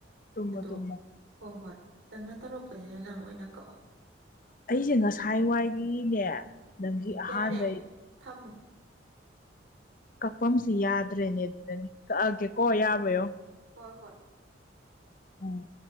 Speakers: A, on the left; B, on the right.
A: ꯇꯨꯝꯃꯣ
B: ꯑꯗꯣ
A: ꯇꯨꯝꯃꯣ
B: ꯍꯣ ꯍꯣꯏ ꯅꯪꯅ ꯇꯧꯔꯛꯄꯅꯤꯅ ꯅꯪ ꯑꯣꯏꯅ ꯀꯛꯑꯣ
A: ꯑꯩꯁꯦ ꯉꯁꯥꯏ ꯋꯥꯏꯒꯤꯅꯦ ꯅꯪꯁꯤ ꯑꯍꯥꯟꯕꯩ
B: ꯌꯥꯔꯦ ꯊꯝꯃꯣ
A: ꯀꯛꯐꯝꯁꯤ ꯌꯥꯗ꯭ꯔꯦꯅꯦ ꯑꯗꯨꯗꯅꯤ ꯀꯛꯑꯒꯦ ꯀꯣ ꯌꯥꯕ‌ ꯌꯦꯡꯉꯣ
B: ꯍꯣꯏ ꯍꯣꯏ
A: ꯎꯝ